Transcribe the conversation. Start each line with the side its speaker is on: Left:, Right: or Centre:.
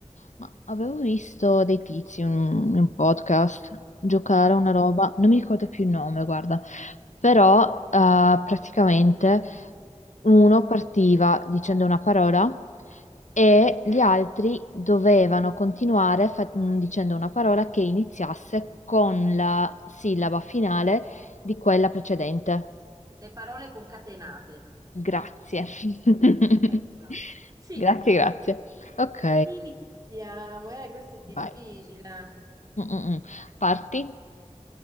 Left: ma avevo visto dei tizi in un, in un podcast giocare a una
Right: Mm,
Left: roba, non mi ricordo più il nome, guarda, però eh, praticamente uno partiva dicendo una parola e gli altri dovevano continuare fa- mm, dicendo una parola che iniziasse con la sillaba finale di quella precedente.
Right: Le parole concatenate.
Left: Grazie. <laughs>
Right: Eccola. Sì,
Left: Grazie, grazie. Ok,
Right: iniziamo. Eh, questo è difficile.
Left: vai. Mm, mm, mm. Parti?